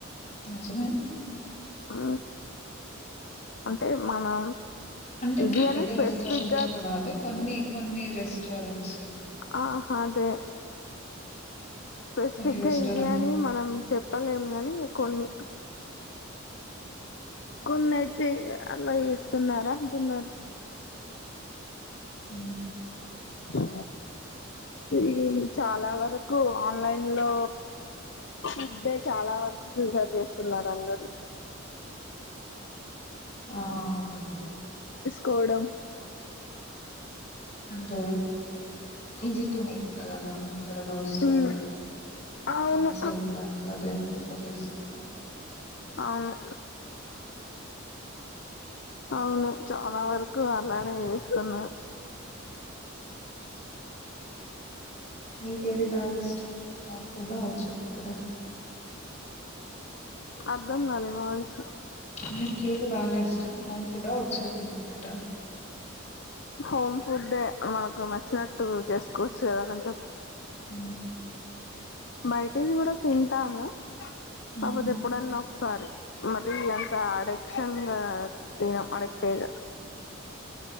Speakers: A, on the left (about 35°); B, on the left (about 60°).
A: నిజమె
B: ఆ అంటే మనం
A: అంటే
B: ఇది
A: పెద్ద
B: అని
A: పెద్ద
B: స్పెసిఫిక్
A: రెస్టారెంట్స్
B: గా
A: లో కాదు కొన్ని కొన్ని రెస్ స్స్టోరెన్స్
B: ఆ అదే స్పెసిఫిక్గా
A: కొన్ని రెస్టారెంట్స్
B: ఇది అని మనం చెప్ ట్టలేం గనీ ఇగ కొన్ని కొన్ని అయితే అలా చేస్తున్నారా అంటున్నారు
A: ఊ
B: ఊ ఇ చాలా వరకు ఆన్లైన్ లో ఫుడ్డే చాలా వరకు ప్రిఫేర్ చేస్తున్నారు అందరు
A: ఆ అవునండి
B: కోడం
A: అంటే ఈజీ టు మేక్ కదా గా త్వరగా వస్తది
B: ఉమ్
A: గద
B: అవును
A: అనేసి నాకు అదే ప్రిఫర్ చేస్తున్నారు
B: అవును అవును చాలా వరకు అలానే చేస్తున్నారు
A: మీకేది బాగ ఇష్టం హోమ్ ఫుడా అఔట్ సైడ్ ఫుడా
B: అర్ధం గాలే వాయిసు
A: మీకేది బాగా ఇష్టం హోమ్ ఫుడ అఔట్సైడ్ బ ఫుడ
B: హోమ్ ఫుడ్డే మనకు నచ్చినట్టు చేసుకోవచ్చు కదా కొంచెం
A: ఊ
B: బయటది కూడా తింటాను
A: హ్మ్.
B: కాపోతే ఎప్పుడన్నా ఒకసారి మరి అంత అడెక్షన్ గా తినం అడక్తేజ